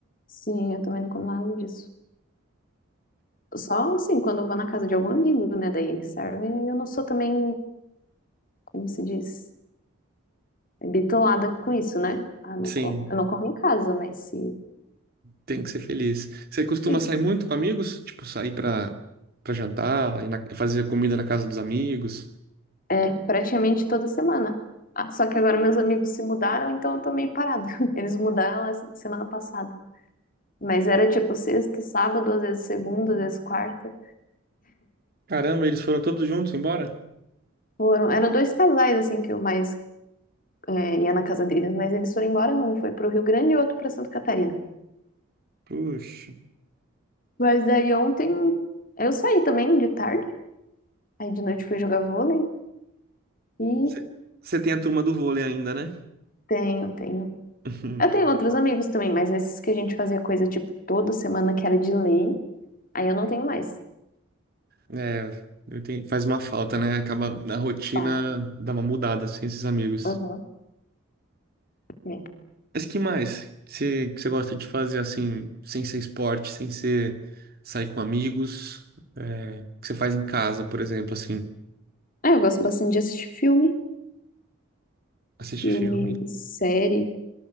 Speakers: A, on the left; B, on the right.
A: Sim, eu também não como nada disso. Só, assim, quando eu vou na casa de algum amigo, né? Daí eles servem. E eu não sou também, como se diz, bitolada com isso, né? Ah, não
B: Sim,
A: como. Eu não como em casa, mas se...
B: tem que ser feliz. Você costuma
A: Isso.
B: sair muito com amigos? Tipo, sair pra, pra jantar, ir na- fazer comida na casa dos amigos?
A: É, praticamente toda semana. Ah, só que agora meus amigos se mudaram, então eu tô meio parada. <laughs> Eles mudaram essa semana passada. Mas era tipo sexta, sábado, às vezes segunda, às vezes quarta.
B: Caramba, eles foram todos juntos embora?
A: Foram, eram dois casais, assim, que eu mais é, ia na casa deles, mas eles foram embora. Um foi pro Rio Grande e o outro pra Santa Catarina.
B: Puxa.
A: Mas daí ontem eu saí também de tarde. Aí de noite fui jogar vôlei. E
B: Você você tem a turma do vôlei ainda, né?
A: tenho, tenho.
B: <laughs>
A: Eu tenho outros amigos também, mas esses que a gente fazia coisa tipo toda semana que era de lei, aí eu não tenho mais.
B: É, eu tenho- faz uma falta, né? Acaba a rotina
A: Vai.
B: dá uma mudada assim, esses amigos.
A: Aham. É.
B: Mas que mais que você que você gosta de fazer assim, sem ser esporte, sem ser sair com amigos, é, que você faz em casa, por exemplo, assim,
A: Ah, eu gosto bastante de assistir filme,
B: assistir
A: filme,
B: filme.
A: série.